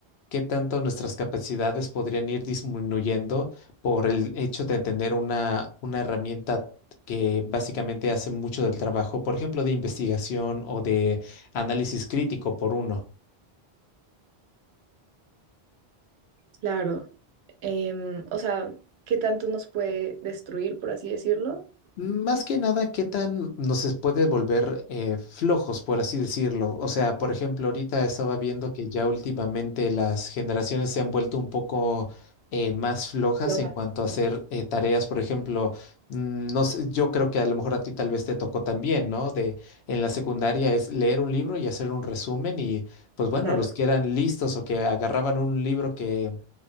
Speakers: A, on the left; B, on the right.
A: qué tanto nuestras capacidades podrían ir disminuyendo por el hecho de tener una, una herramienta que básicamente hace mucho del trabajo, por ejemplo, de investigación o de análisis crítico por uno.
B: Claro. em, o sea, ¿qué tanto nos puede destruir, por así decirlo?
A: Más que nada, ¿qué tan nos es- puede volver eh, flojos, por así decirlo? O sea, por ejemplo, ahorita estaba viendo que ya últimamente las generaciones se han vuelto un poco eh, más flojas
B: Y hojas,
A: en cuanto a hacer
B: sí,
A: eh, tareas. Por ejemplo, mm, no sé, yo creo que a lo mejor a ti tal vez te tocó también, ¿no? De en la secundaria es leer un libro y hacer un resumen y, pues bueno,
B: claro.
A: los que eran listos o que agarraban un libro que